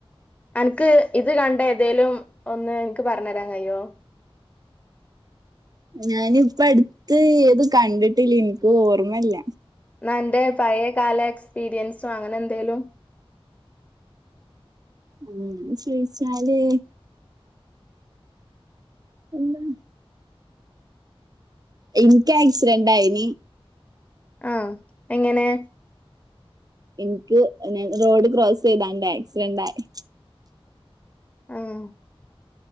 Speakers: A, on the left; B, on the right.
A: അനക്ക് ഇത് കണ്ട ഏതേലും ഒന്ന് എനിക്ക് പറഞ്ഞരാൻ കയിയോ
B: ഞാനിപ്പ അടുത്ത് ഏത് കണ്ടിട്ടില്ല എനിക്ക് ഓർമ്മല്ല
A: അന്ന അൻ്റെ പഴേ കാല എക്സ്പീരിയൻസോ അങ്ങനെ എന്തേലും
B: ഉം അങ്ങനെ ചോയിച്ചാല് എന്താ എനിക്ക് ആക്സിഡന്റായിനി
A: ആഹ് എങ്ങനെ
B: എനിക്ക് ഞാൻ റോഡ് ക്രോസ് ചെയ്താണ്ട് ആക്സിഡന്റ് ആയി
A: ആഹ്